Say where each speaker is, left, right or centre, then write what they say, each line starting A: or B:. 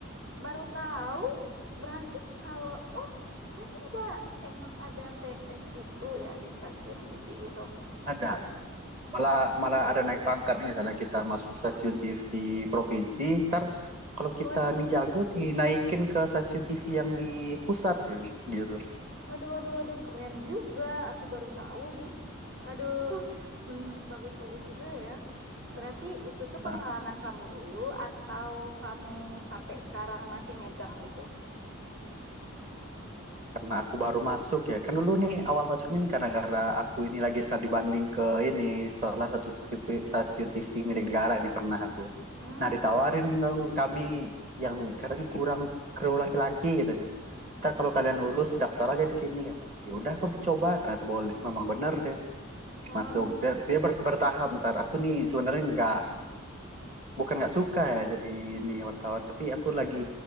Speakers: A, on the right; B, on the right.
A: baru tahu. Berarti kalau, oh, berarti ada, emang ada PNS gitu ya di stasiun TV gitu.
B: Ada
A: Kal-
B: malah malah ada naik pangkat nih misalnya kita masuk
A: Hah?
B: stasiun TV provinsi ntar kalau kita
A: Waduh,
B: nih jago dinaikin ke stasiun TV yang di pusat gitu
A: waduh, waduh, waduh, keren juga. Aku baru tahu nih. Aduh, men- bagus-bagus juga ya. Berarti itu tuh pengalaman
B: nah
A: kamu dulu atau kamu sampai sekarang masih megang itu?
B: karena aku baru masuk ya kan dulu nih awal masuknya nih karena karena aku ini lagi studi banding ke ini salah satu TV stasiun TV milik negara nih pernah aku
A: Hmm.
B: nah ditawarin dong kami yang katanya kurang kru laki-laki gitu nih ntar kalau kalian lulus daftar aja di sini kata ya udah aku coba ternyata boleh memang bener deh
A: Oh,
B: masuk dia dia ber- bertahap ntar aku nih sebenarnya nggak bukan nggak suka ya jadi ini wartawan tapi aku lagi